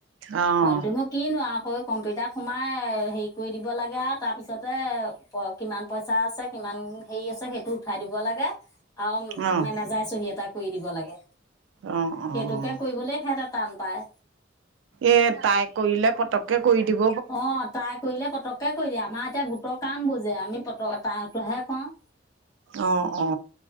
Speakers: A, on the right (about 80°); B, on the left (about 20°).
A: অঁ অঁ
B: এইটোনো কিনো আকৌ কম্পিউটাৰ সোমাই, হেৰি কৰি দিব লাগে আৰু, তাৰপিছতে কিমান পইচা আছে কিমান হেৰি আছে, সেইটো উঠাই দিব লাগে, আৰু
A: অঁ
B: মেনেজাৰেই চহি এটা কৰি দিব লাগে,
A: অঁ অঁ
B: সেইটোকে
A: অঁ
B: কৰিবলৈ সিহঁতে টান পায়।
A: এ তাই কৰিলে পতককে কৰি দিব।
B: অ', তাই কৰিলে পতককে কৰি দিয়ে, আমাৰ এতিয়া গোটৰ কাম বোৰজে, আমি পত তাইৰ হাতোৰহে কৰাওঁ।
A: অ', অ'।